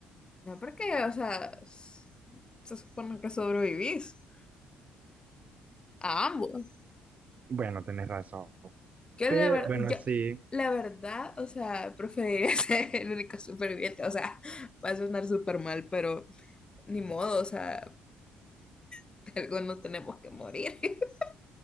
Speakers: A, on the left (about 25°); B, on the right (about 40°).
A: No, porque, o sea, s- se supone que sobrevivís a ambos.
B: Bueno, tenés razón.
A: Yo
B: Pe-
A: la verdad,
B: bueno,
A: yo,
B: sí,
A: la verdad, o sea, preferiría <laughs> ser el único superviviente, o sea, va a sonar súper mal, pero ni modo, o sea, <laughs> algo no tenemos que morir. <laughs>